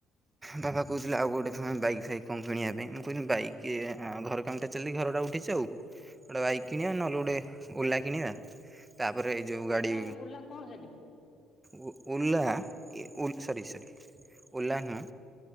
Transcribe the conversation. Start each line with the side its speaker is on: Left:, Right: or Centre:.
Right: ବାପା କହୁଥିଲେ ଆଉ ଗୋଟେ ପୁଣି ବାଇକ୍ ଫାଇକ କଣ କିଣିବା ପାଇଁ। ମୁଁ କଇନି ବାଇକି ଆ, ଘର କାମଟା ଚାଲି ଘରଟା ଉଠିଛି ଆଉ, ଗୋଟେ ବାଇକ୍ କିଣିବା ନହେଲେ ଗୋଟେ ଓଲା କିଣିବା। ତାପରେ ଏ
Left: ଓଲା
Right: ଯୋଉ ଗାଡ଼ି
Left: ଓଲା ଓଲା କଣ ସେଟା
Right: ଉ, ଉଲା ଏ ଉ, ସରି ସରି ଓଲା ନୁହଁ।